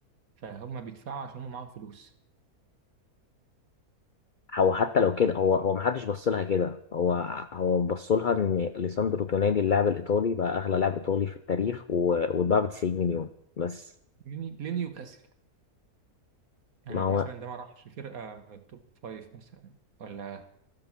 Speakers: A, on the right (about 65°); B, on the left (about 85°).
A: فهم بيدفعوا عشان هم معاهم فلوس
B: هو حتى لو كده هو هو ما حدش بص لها كده هو هو بص لها ان ليساندرو تونالي اللاعب الايطالي بقى اغلى لاعب ايطالي في التاريخ و- واتباع ب 90 مليون بس
A: يوني- لنيوكاسل يعني
B: ما هو
A: مثلا ده ما راحش فرقة من التوب فايف مثلا ولا